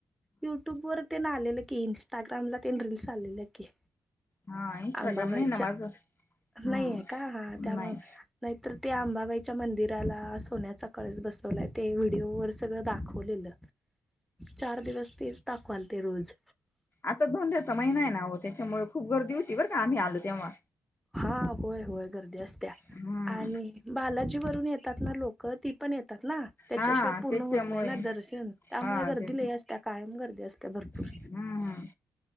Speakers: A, in the centre; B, on the left (about 30°).
A: युट्यूब वर तेन आलेलं की इंस्टाग्राम ला तेन रीलस आलेल्या की?
B: हा इंस्टाग्राम
A: अंबाबाईच्या,
B: नाही ना माझं हम्म
A: नाहीये का हा त्यामुळ
B: नाही
A: नाही तर ते आंबाबाईच्या मंदिराला सोन्याचा कळस बस तोलाय ते व्हिडिओ वर सगळ दाखवलेलं, चार दिवस तेच दाखवालते रोज.
B: आता धोड्याचा महिना आहे ना ओ त्याच्यामुळे खूप गर्दी होती बरं का आम्ही आलो तेव्हा.
A: हा होय होय गर्दी असत्या,
B: हम्म
A: आणि बालाजीवररून येतात ना लो क ती पण येतात ना त्याच्याशिवाय
B: हा
A: पूर्ण
B: त्याच्यामुळे
A: होत नाही ना दर्शन त्यामुळे
B: हा
A: गर्दी
B: ते
A: लई असत्या. कायम गर्दी असत्या भरपूर.
B: हम्म